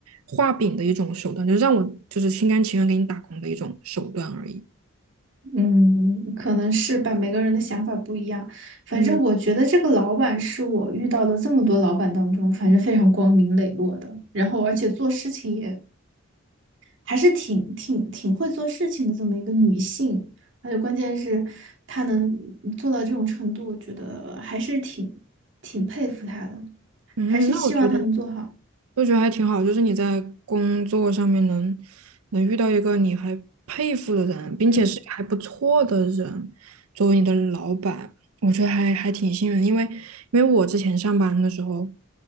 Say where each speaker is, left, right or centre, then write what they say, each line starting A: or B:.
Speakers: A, on the right; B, on the right.
A: 画饼的一种手段，就让我就是心甘情愿给你打工的一种手段而已。
B: 嗯，可能是吧，每个人的想法不一样。反正我觉得这个老板是我遇到的这么多老板当中，
A: 嗯，
B: 反正非常光明磊落的，然后而且做事情也还是挺挺挺会做事情的这么一个女性，而且关键是她能做到这种程度，我觉得还是挺挺佩服她的，
A: 嗯，
B: 还是希望她能做好。
A: 那我觉得。我觉得还挺好，就是你在工作上面能能遇到一个你还佩服的人，并且是还不错的人，
B: 嗯
A: 作为你的老板，我觉得还还挺幸运的因为因为我之前上班的时候，